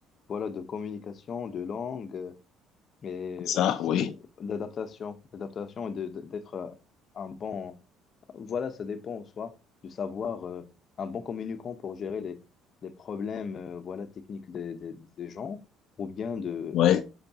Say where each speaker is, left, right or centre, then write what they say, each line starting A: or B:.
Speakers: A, on the left; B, on the left.
A: voilà, de communication, de langue, euh, mais
B: ça,
A: aussi
B: oui,
A: d'adaptation, d'adaptation et de- de- d'être euh, un bon, voilà, ça dépend en soi, de savoir euh, un bon communicant pour gérer les, les problèmes, euh, voilà, techniques des, des, des gens, ou bien de
B: Ouais.